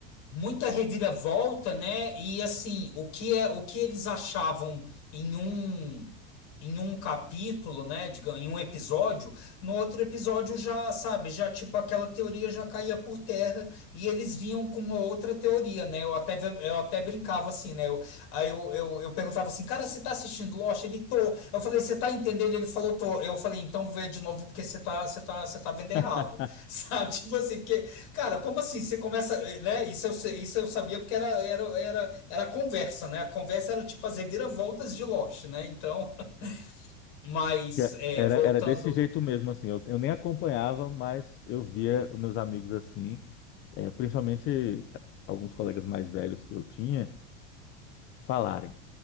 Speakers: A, on the left (about 50°); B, on the left (about 35°).
A: muita reviravolta, né? E assim, o que é, o que eles achavam em um em um capítulo, né, digamos, em um episódio, no outro episódio já, sabe, já tipo aquela teoria já caía por terra e eles vinham com uma outra teoria, né? Eu até eu até brincava assim, né? Eu, aí eu, eu, eu perguntava assim: "Cara, você tá assistindo Lost?" Ele tô. Eu falei: "Você tá entendendo?" Ele falou: "Tô". Eu falei: "Então vê de novo porque você tá você tá você tá vendo errado".
B: <laughs>
A: <laughs> Sabe? Tipo assim, que Cara, como assim? Você começa, eh, né? Isso eu, sei- isso eu sabia porque era, era, era, era conversa, né? A conversa era tipo as reviravoltas de Lost, né? Então, <laughs> mas
B: Que
A: é,
B: Era,
A: voltando.
B: era desse jeito mesmo, assim. Eu, eu nem acompanhava, mas eu via os meus amigos assim, é, principalmente alguns colegas mais velhos que eu tinha, falarem: